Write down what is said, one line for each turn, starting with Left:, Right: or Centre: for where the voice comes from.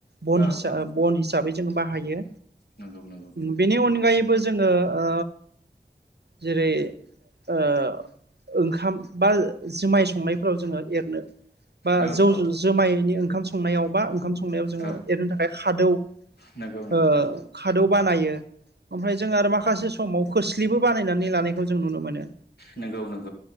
Right: बन
Left: औ
Right: हिसा
Left: औ
Right: बन हिसाबै जों बाहायो
Left: नंगौ नंगौ
Right: बेनि अनगायैबो जोङो ओ जेरै ओ ओंखाम बा जुमाय संनायफोराव जोङो एरनो बा
Left: औ
Right: जौ
Left: औ
Right: जोमायनि ओंखाम संनायाव बा ओंखाम सं संनायाव जोङनो
Left: औ
Right: थाखाय खादौ
Left: नंगौ नंगौ
Right: ओ खादौ बानायो ओमफ्राय जों आरो माखासे समाव खोस्लिबो बानायनानै लानायखौ जों नुनो मोनो।
Left: नंगौ नंगौ